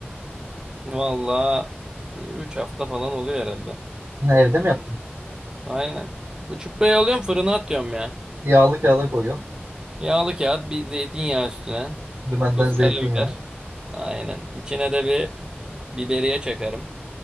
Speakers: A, on the right; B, on the right.
A: Vallahi e, 3 hafta falan oluyor herhalde.
B: Ha, evde mi yaptın?
A: Aynen. Bu çuprayı alıyorum fırına atıyorum ya.
B: Yağlı kağıda koyuyorsun.
A: Yağlı kağıt bir zeytinyağı üstüne.
B: Dümenden
A: Tuz
B: zeytinyağı.
A: karabiber. Aynen. İçine de bir biberiye çakarım.